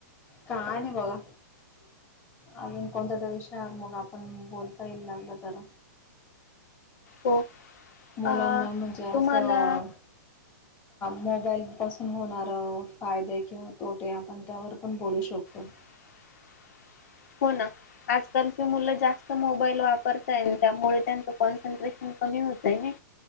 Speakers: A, on the left; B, on the left.
A: काय नाही बघा. अजून कोणता तर विषयावर मग आपण बोलता येईल लागल तर.
B: हो.
A: मुलांना
B: अ
A: म्हणजे असं.
B: तुम्हाला
A: मोबाईल पासून होणार फायदे. किंवा तोटे. आपण त्यावर पण बोलू शकतो.
B: <unintelligible> हो ना आजकालचे मुलं. जास्त मोबाईल वापरताय त्यामुळे त्यांच कॉन्सन्ट्रेशन कमी होत आहे नई.